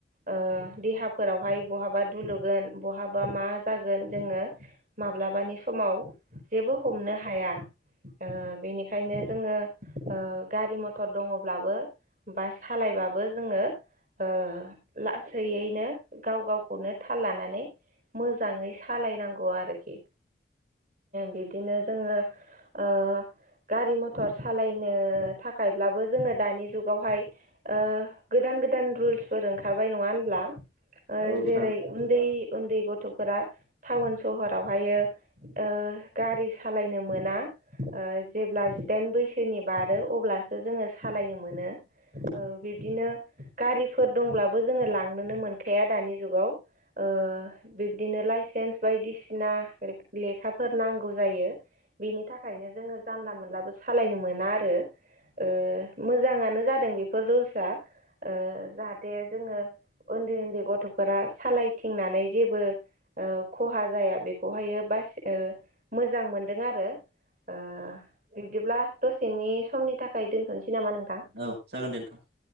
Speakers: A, on the right; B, on the right.
A: ओ देहाफोरावहाय बहाबा दुलुगोन बहाबा मा जागोन जोङो माब्लाबानि समाव जेबो हमनो हाया ओ बेनिखायनो जोङो ओ गारि मथर दङब्लाबो बा सालायबाबो जोङो ओ लासैयैनो गाव गावखौनो थाल लानानै मोजाङै सालायनांगौ आरोखि बिदिनो जोङो ओ गारि मथर सालायनो थाखायब्लाबो जोङो दानि जुगावहाय ओ गोदान गोदान रुल्सफोर ओंखारबाय नङा होनब्ला ओ
B: औ नोंथां
A: जेरै उन्दै उन्दै गथ'फोरा टाउन सहरावहायो ओ गारि सालायनो मोना ओ जेब्ला जिदाइन बैसोनि बारो अब्लासो जोङो सालायनो मोनो ओ बिब्दिनो गारिफोर दंब्लाबो जोङो लांनोनो मोनखाया दानि जुगाव ओ बिब्दिनो लाइसेन्स बायदि बिसिना लेखाफोर नांगौ जायो। बिनि थाखायनो जोङो जानला मोनलाबो सालायनो मोना आरो ओ मोजाङानो जादों बेफोर रुल्सआ ओ जाहाथे जोङो उन्दै उन्दै गथ'फोरा सालायथिंनानै जेबो ओ खहा जाया बेखौहायो बासा यो मोजां मोनदों आरो ओ बिब्दिब्ला दसेनि समनि थाखाय दोनथ'नोसै नामा नोंथां
B: औ जागोन दे नोंथां।